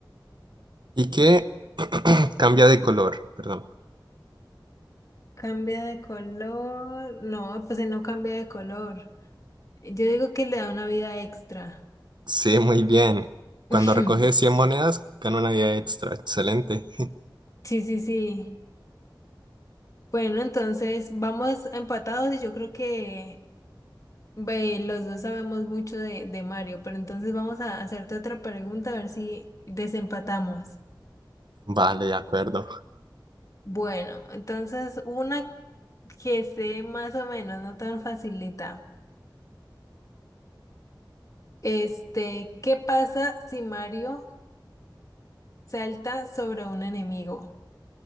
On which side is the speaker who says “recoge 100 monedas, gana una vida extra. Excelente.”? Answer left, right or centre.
Right